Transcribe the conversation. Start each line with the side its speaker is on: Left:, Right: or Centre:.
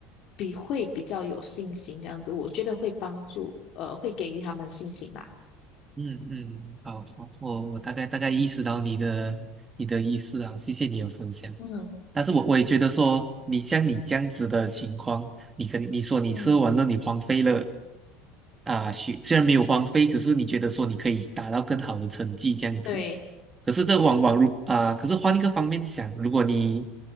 Left: 比会比较有信心，这样子，我觉得会帮助，呃，会给予他们信心啦。
Right: 嗯嗯，好我我大概大概意识到你的你的意思啊，谢谢你的分享。
Left: 嗯
Right: 但是我我也觉得说，你像你这样子的情况，你肯定你说你射完了，
Left: 嗯，
Right: 你荒废了啊，虽虽然没有荒废，可是你觉得说你可以达到更好的成绩这样子，
Left: 对
Right: 可是这往往如啊、可是换一个方面想，如果你